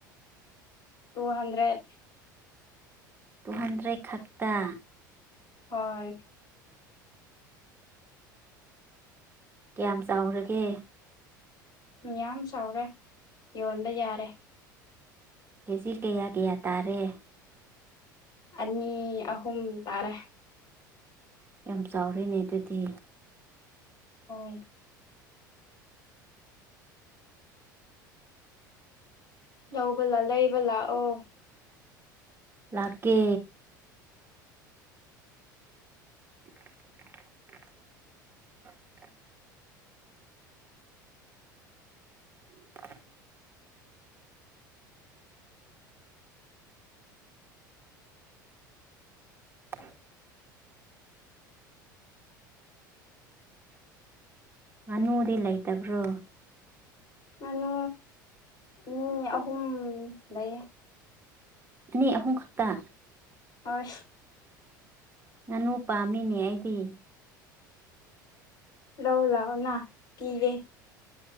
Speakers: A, on the left; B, on the right.
A: ꯇꯨ ꯍꯟꯗ꯭ꯔꯦꯠ
B: ꯇꯨꯍꯟꯗ꯭ꯔꯦ ꯈꯛꯇ
A: ꯍꯣꯏ
B: ꯀꯌꯥꯝ ꯆꯥꯎꯔꯒꯦ
A: ꯃꯌꯥꯝ ꯆꯥꯎꯔꯦ ꯌꯣꯟꯕ ꯌꯥꯔꯦ
B: ꯀꯦꯖꯤ ꯀꯌꯥ ꯀꯌꯥ ꯇꯥꯔꯦ
A: ꯑꯅꯤ ꯑꯍꯨꯝ ꯇꯥꯔꯦ
B: ꯌꯥꯝ ꯆꯥꯎꯔꯦꯅꯦ ꯑꯗꯨꯗꯤ
A: ꯑꯥꯎ ꯂꯧꯕꯂꯥ ꯂꯩꯕ ꯂꯥꯛꯑꯣ
B: ꯂꯥꯛꯀꯦ <inaudible> <inaudible> ꯑꯣ <inaudible> ꯉꯥꯅꯨꯗꯤ ꯂꯩꯇꯕ꯭ꯔꯣ
A: ꯉꯅꯨ ꯑꯅꯤ ꯑꯍꯨꯝ ꯂꯩ
B: ꯑꯅꯤ ꯑꯍꯨꯝ ꯈꯛꯇ
A: ꯑꯁ
B: ꯉꯥꯅꯨ ꯄꯥꯝꯃꯤꯅꯦ ꯑꯩꯗꯤ
A: ꯂꯥꯎ ꯂꯥꯛꯑꯣꯅ ꯄꯤꯒꯦ